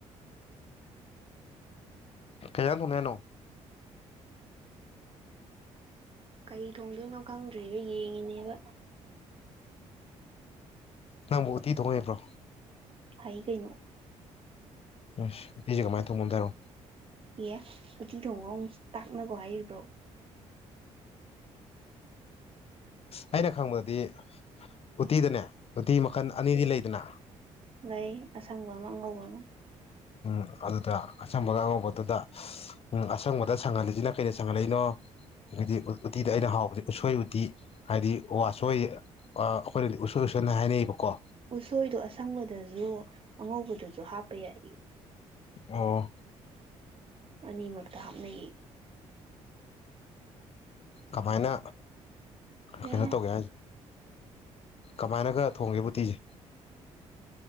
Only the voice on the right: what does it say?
ꯀꯩ ꯊꯣꯡꯗꯣꯏꯅꯣ ꯈꯪꯗ꯭ꯔꯤꯕ ꯌꯦꯡꯉꯤꯅꯦꯕ
ꯍꯩ ꯀꯩꯅꯣ
ꯌꯦ ꯑꯨꯇꯤ ꯊꯣꯡꯕ ꯑꯃꯨꯛ ꯇꯥꯛꯅꯒꯣ ꯍꯥꯏꯔꯤꯕ꯭ꯔꯣ
ꯂꯩꯪ ꯑꯁꯪꯕ ꯑꯃ ꯑꯉꯩꯕ ꯑꯃ
ꯎꯁꯣꯏꯗꯣ ꯑꯁꯪꯕꯗꯁꯨ ꯑꯉꯧꯕꯗꯨꯁꯨ ꯍꯥꯞꯄ ꯌꯥꯏꯌꯦ
ꯑꯅꯤꯃꯛꯇ ꯍꯥꯞꯅꯩꯌꯦ
ꯑꯌꯥ